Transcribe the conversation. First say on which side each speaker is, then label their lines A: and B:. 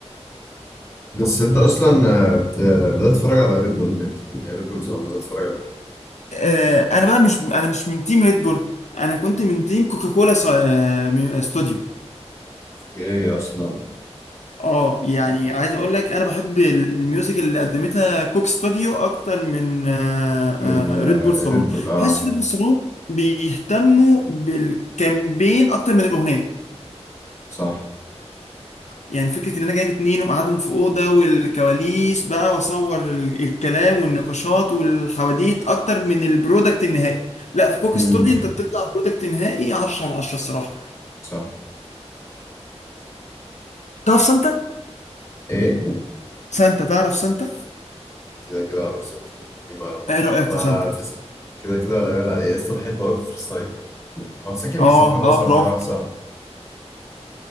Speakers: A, on the left; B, on the left.
A: بس انت اصلا آه، بت- بدات تتفرج على ريد بول من امتى؟ يعني ريد بول صح بدات تتفرج
B: آه، انا بقى مش انا مش من تيم ريد بول انا كنت من تيم كوكاكولا س- آه، مي- استوديو
A: ايه اصلا
B: اه يعني عايز اقول لك انا بحب ال- الميوزك اللي قدمتها كوك ستوديو اكتر من آه،
A: من
B: آه، ريد بول
A: ريد
B: صالون
A: بول اه
B: بحس ريد بول صالون بيهتموا بالكامبين اكتر من الاغنيه
A: صح
B: يعني فكره ان انا جايب اتنين ومقعدهم في اوضه والكواليس بقى واصور ال- الكلام والنقاشات والحواديت اكتر من البرودكت النهائي لا في كوك
A: امم
B: ستوديو انت بتطلع برودكت نهائي 10 على 10 الصراحه
A: صح
B: تعرف سانتا
A: ايه
B: سانتا تعرف سانتا
A: كده كده اعرف سنت إيه ما اعرفوش
B: ايه رايك
A: ما
B: في سانتا
A: في س- كده كده ولا يقول على ايه لسه بحب اوي في فريستايل هو ساكن
B: اه
A: في الزيتون اصلا
B: اه برافو
A: مع واحد صاحبي